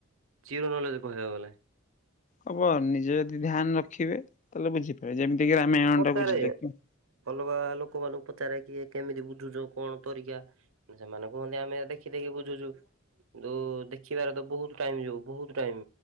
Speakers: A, on the right; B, on the left.
A: ଜିରୋ ନଲେଜ କହିବାକୁ ଗଲେ।
B: ହବ ନିଜେ ଯଦି ଧ୍ୟାନ ରଖିବେ ତାହେଲେ ବୁଝିପାରିବେ ଯେମିତି କିି ରାମାୟଣ
A: ପଚାରେ
B: ଟା ବୁଝିଲେ। କିନ୍
A: ଅଲଗା ଲୋକମାନଙ୍କୁ ପଚାରେ କିଏ କେମିତି ବୁଝୁଚ କଣ ତରିକା। ସେମାନେ କୁହନ୍ତି ଆମେ ଦେଖି ଦେଖି ବୁଝୁଚୁ। ଯୋଉ ଦେଖିବାର ତ ବହୁତ ଟାଇମ୍ ଯୋଉ ବହୁତ ଟାଇମ୍